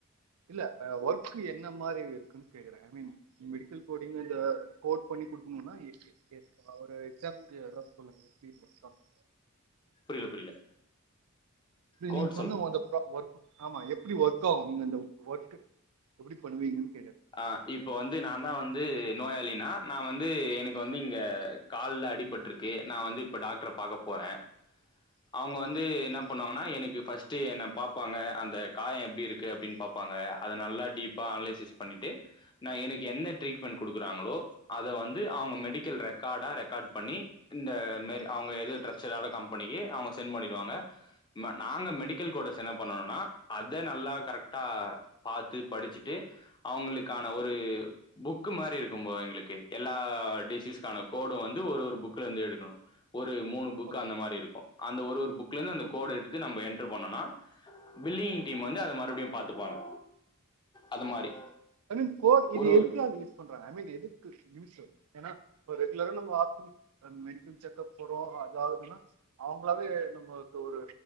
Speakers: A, on the right (about 85°); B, on the left (about 20°).
A: இல்ல ஒர்க் என்ன மாரி இருக்குன்னு கேக்குறே ஐ மீன் மெடிக்கல் கோடிங் இந்த கோட் பண்ணி குடுக்கனுன்னா <unintelligible> எக்சாம்பிளுக்கு <inaudible> சொல்லுங்க
B: புரியல, புரியல. கோட்
A: <inaudible>
B: சொல்.
A: ஆமா எப்படி ஒர்க் ஆகு நீங்கந்த ஒர்க்கு எப்படி பண்ணுவீங்க
B: ஆ இப்போ வந்து நா தா வந்து நோயாளினா நா வந்து எனக்கு வந்து இங்க காலில் அடிபருக்கு நா வந்து இப்போ டாக்டர பார்க்க போறே அவங்க
A: ஓகே
B: வந்து என்ன பண்ணுவாங்க எனக்கு பஸ்ட் என பாபாங்க அந்த காயம் எப்படி இருக்கு அப்படின்னு பாபாங்க அத நல்லா டீப்பா அனலைசிஸ் பண்ணிட்டு நா எனக்கு எந்த ட்ரீட்மெண்ட் கொடுக்குறாங்களோ அத வந்து அவங்க மெடிக்கல் ரெக்கார்ட ரெகார்ட் பண்ணி இந்த மாதிரி டிரஸ்டேட் ஆன கம்பெனிக்கு அவங்க சென் பண்ணிடுவாங்க ஆமா நாங்க மெடிக்கல்
A: ஓகே
B: கோடர்ஸ் என பண்ணணும்னா அதே நல்லா கரெக்டா பார்த்து படிச்சுட்டு அவங்களுக்கான ஒரு
A: ஓகே
B: புக்கு மாரி இருக்கும்ப எங்களுக்கு எல்லா டிசீஸ்க்கான கோடும் வந்து ஒரு ஒரு புக்ல இருந்து எடுக்கணு ஒரு மூணு புக்
A: ஓகே
B: அந்த மாரி இருக்கு அந்த ஒரு ஒரு புக்லேருந்து அந்த
A: ஓகே
B: கோடு எடுத்து நம்ம என்ட்ர் பண்ணோன்னா வில்லிங்கிங்
A: ஓகே
B: டீம் வந்து அத மறுபடியு பார்த்துப்பாங்க அது மாரி
A: ஐ மீன் கோ இது
B: ஒரு ஒரு
A: எதுக்கு யூஸ் பண்றாங்க ஐ மீன் எதுக்குயூஸ் ஏன்னா ரெகுலரா வாரத்துக்கு நம்ம பண்ணி மெடிக்கல் செக்அப் போறோ அது ஆகுதுன்னா அவங்களாவே நம்ம ஒரு